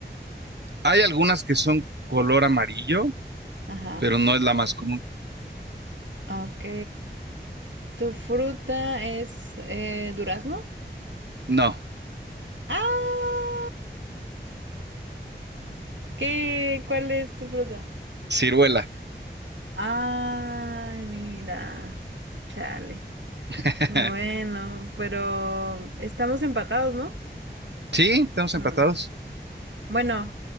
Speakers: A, on the right; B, on the right.
A: hay algunas que son color amarillo,
B: Ajá,
A: pero no es la más común.
B: ok. ¿Tu fruta es eh, durazno?
A: No,
B: ¡Ah! ¿Qué? ¿Cuál es tu fruta?
A: ciruela.
B: Ay, mira, chale.
A: <laughs>
B: Bueno, pero estamos empatados, ¿no?
A: Sí, estamos
B: ¿O
A: empatados.
B: no? Bueno,